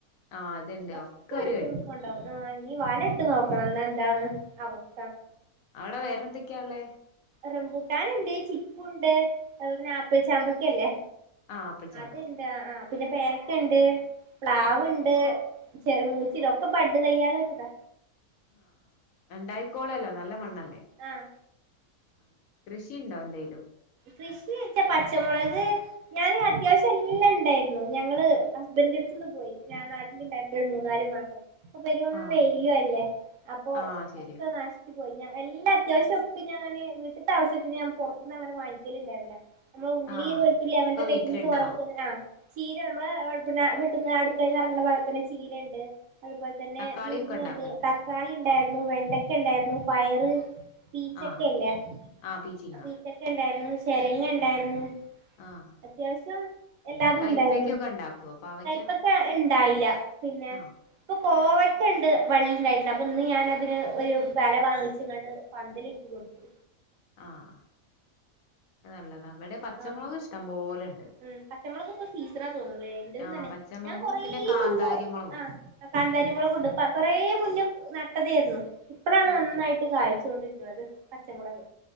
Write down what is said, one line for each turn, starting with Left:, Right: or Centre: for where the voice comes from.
Left: ആ അത്ണ്ട്
Right: ഒക്കെ
Left: ഒക്കെവര്
Right: എടുത്തോണ്ട്
Left: കഴിക്കും
Right: കൊണ്ടോവും ആഹ് ഇനി വല ഇട്ട് നോക്കണം എന്ന എന്താണ് അവസ്
Left: ആ അവിടെ വേറെന്തൊക്കെയാള്ളെ?
Right: റംബൂട്ടാനിണ്ട് ചിക്കു ഉണ്ട് അത്പോലത്തന്നെ
Left: ആഹ്
Right: ആപ്പിൾ ചാമ്പക്ക ഇല്ലേ?
Left: ആപ്പിൾ ചാമ്പക്ക
Right: അതിണ്ട് ആ പിന്നെ പേരയ്ക്കണ്ട് പ്ലാവ്ണ്ട് ചെ മൂച്ചി ഇതൊക്കെ ബഡ്ഡ് തയ്യാള്ച്ചതാ
Left: ആ ആ ഇണ്ടായിക്കോളുവല്ലൊ നല്ല മണ്ണൽ
Right: ആഹ്
Left: ആ കൃഷിണ്ടോ എന്തേലും?
Right: കൃഷീച്ചാ പച്ചമൊളക്, ഞാൻ അത്യാവശ്യെല്ലണ്ടേര്ന്നു. ഞങ്ങള് ഹസ്ബന്റട്ത്തൊന്ന് പോയി. ഞാൻ നാട്ടിലിണ്ടായിര്ന്നില്ല ഒരു മൂന്നാല് മാസം പെരും
Left: ആഹ്
Right: വെയിലു അല്ലേ. അപ്പൊ
Left: ആഹ് ശരിയാ
Right: ഒക്കെ നശിപ്പിച് പോയി ഞ എല്ലത്യാവശ്യം ഒക്കെ ഞാന് വീട്ട്ത്തെ ആവശ്യത്തിന് ഞാൻ പൊറത്ത്ന്ന്ങ്ങനെ വാങ്ങിക് ക്കല് ഇണ്ടായിര്ന്നില്ല നമ്മളെ ഉള്ളി
Left: ആഹ്
Right: വെളുത്തുള്ളി അങ്ങനത്തെക്കെ
Left: ഒക്കെ വീട്ടിലുണ്ടാവും
Right: ഐറ്റംസ് വാങ്ങിക്കാന് ആ, ചീര നമ്മള് പിന്നെ <unintelligible> അട്ക്കളന്നെറങ്ങ്ന്ന ഭാഗത്തന്നെ ചീര ഇണ്ട്
Left: ചീര
Right: അത്പോലത്തന്നെ
Left: തക്കാളി
Right: മുരിങ്ങ
Left: ഒക്കെ ഉണ്ടാക്കലുണ്ടോ
Right: ഇണ്ട് തക്കാളി ഇൺ ണ്ടായിരുന്നു വെൺ ണ്ടക്ക ഇണ്ടാര്ന്നു. പയറ് പീച്ചക്ക
Left: ആഹ്
Right: ഇല്ലേ?
Left: ആഹ് പീച്ചിങ്ങ
Right: ആ പീച്ചക്ക ഇണ്ടാര് ചെരങ്ങ ഇണ്ടായ്രുന്നു
Left: ആഹ്
Right: അത്യാവശ്യം എല്ലാതും
Left: കൈപ്പക്കൊക്കെ
Right: ഇണ്ടായ്രുന്നു.
Left: ഉണ്ടാക്കുവോ പാവയ്ക്ക
Right: കൈപ്പക്ക ഇണ്ടായില്ല. പിന്നെ
Left: ആഹ്
Right: കോവയ്ക്കണ്ട് വള്ളിണ്ടായിട്ട്ണ്ട്. അപ്പൊ ഇന്ന് ഞാനതിന് ഒരു വല വാങ്ങിച്ച്ങ്ങാണ്ട് പന്തലിട്ട് കൊടുത്തു.
Left: ആഹ് അത് നല്ലതാ ഇവിടെ പച്ചമുളക്
Right: ആ
Left: ഇഷ്ടം പോലെണ്ട്
Right: ഉം പച്ചമൊളകിപ്പ സീസണാ തോന്നുന്നേ. ഇന്റെതും
Left: ആഹ്
Right: തന്നെ,
Left: പച്ചമുളകും
Right: ഞാൻ കൊറേ
Left: പിന്നെ കാന്താരി
Right: മുന്നേ,
Left: മുളകും
Right: ആ കാന്താരിമൊളകും ണ്ട്. പ്പ കൊറേ മുന്നേ ന ട്ടതേര്ന്നു ഇപ്പളാണ്
Left: ആഹ്
Right: നന്നായിട്ട് കായ്ച് ചോണ്ടിരിക്ണത് പച്ചമൊളക്